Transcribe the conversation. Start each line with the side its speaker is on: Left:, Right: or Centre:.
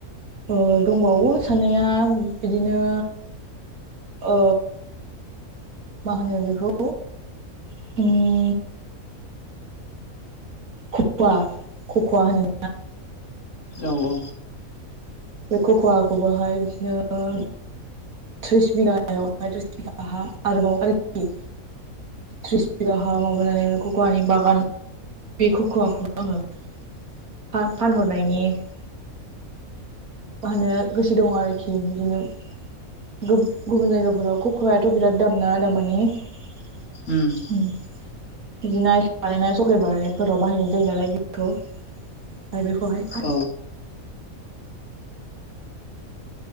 Right: ओ दंबावो साननाया बिदिनो अ मा होनो बेखौ <unintelligible> खख'वा खख'वा होनो
Left: औ औ
Right: बे खख'वाखौबोहाय बिदिनो थ्रिस बिगायावाय <unintelligible> आरोबाव आरोखि थ्रिस बिगा हा माबानानै बे खक'वानि बागान बे <unintelligible> आङो फा-फानहरनायनि <unintelligible> गोसो दं आरोखि बिदिनो गुब गुबुन जायगाफोराव खख'याथ' बिराद दाम ना दामानि <unintelligible>
Left: उम
Right: बिदिनो आइस बानायनाय सक्लेट बानायनायफोराव बाहायनाय जायो नालाय गथखौ <unintelligible> मफ्राय बेखौहाय
Left: औ